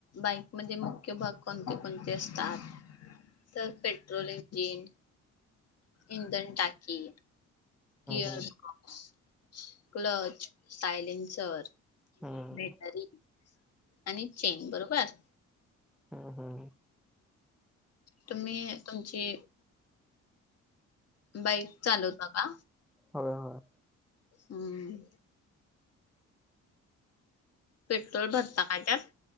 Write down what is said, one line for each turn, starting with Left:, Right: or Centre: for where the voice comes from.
Left: बाईकमध्ये मुख्य भाग कोणते कोणते असतात? तर पेट्रोल इंजिन इंधन टाकी गियरबॉक्स,
Centre: हम्म
Left: क्लच, सायलेनसर
Centre: हम्म
Left: बॅटरी आणि चैन बरोबर?
Centre: हम्म हम्म.
Left: तुम्ही तुमची बाईक चालवता का?
Centre: होय होय
Left: हम्म. पेट्रोल भरता काय त्यात?